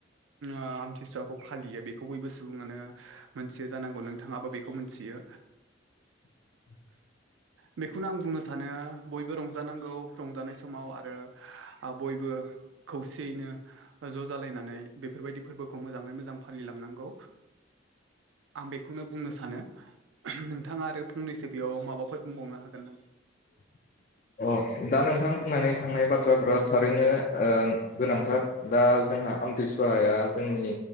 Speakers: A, on the right (about 75°); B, on the left (about 40°).
A: आ आमथिसुवाखौ फालियो बेखौ बयबो सुबुङानो मोनथियो जानांगौ नोंथाङाबो बेखौ मोन थियो।
B: <inaudible>
A: बेखौनो आं बुंनो सानो बयबो रंजानांगौ रंजानाय समाव आरो बयबो खौसेयैनो ज' जालायनानै बेफोरबायदि फोरबोखौ मोजाङै मोजां फालिलांनांगौ। आं बेखौनो बुंनो सानो नोंथाङा आरो फंनैसो बेयाव माबाफोर बुंबावनो हागोन नामा?
B: <inaudible> अ दा नोंथां बुंनानै थांनाय बाथ्राफ्रा थारैनो ओ गोनांथार दा जों जोंहा आमथिसुवाया जोंनि